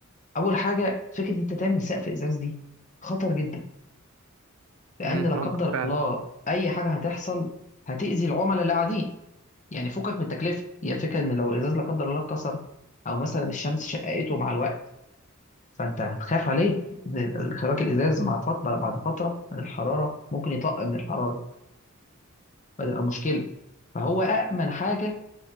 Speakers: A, on the left; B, on the right.
A: اول حاجه فكره إن انت تعمل سقف ازاز دي خطر جدا لان
B: مم،
A: لا
B: ممكن
A: قدر
B: فعلا
A: الله اي حاجه هتحصل هتاذي العملاء اللي قاعدين يعني فكك من التكلفه هي الفكره ان لو الازاز لا قدر الله اتكسر او مثلا الشمس شققته مع الوقت فانت هتخاف عليه خراك الازاز مع فتره بعد فتره من الحراره ممكن يطق من الحراره فتبقى مشكله فهو أأمن حاجه